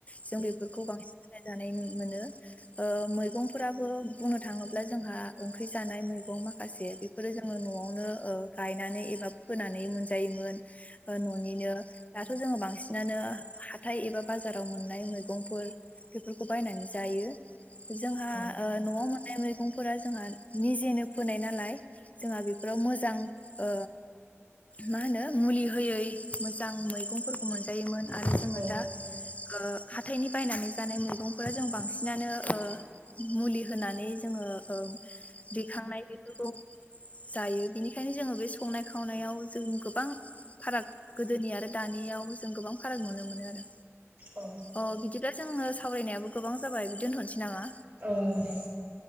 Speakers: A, on the left; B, on the right.
A: जों बेफोरखौ बांसिन जानाय नुनो मोनो ओ मैंफोराबो बुंनो थाङोब्ला जोंहा ओंख्रि जानाय मैगं माखासे बेफोरो जोङो न'आवनो ओ गायनानै एबा फोनानै मोनजायोमोन न'निनो दाथ' जोङो बांसिनानो हाथाय एबा बाजाराव मोननाय मैगंफोर बेफोरखौ बायनानै जायो जोंहा
B: औ
A: ओ न'आव मैगंफोरा जोंहा निजेनो फोनाय नालाय जोंहा बेफोराव मोजां ओ मा होनो मुलि होयै मोजां मैगंफोरखौ मोनजायोमोन आरो जोङो
B: औ
A: दा ओ हाथायनि बायनानै जानाय मैगंफोरा जों बांसिनानो मुलि होनानै जोङो ओ दैखांनाय बेफोरखौ जायो बेनिखायनो जोङो बे संनाय खावनायाव जों गोबां फाराग गोदोनि आरो दानियाव जों गोबां फाराग नुनो मोनो आरो
B: औ
A: अ बिदिब्ला जोंनो सावरायनायाबो गोबां जाबाय बि दोनथ'नोसै नामा
B: औ दे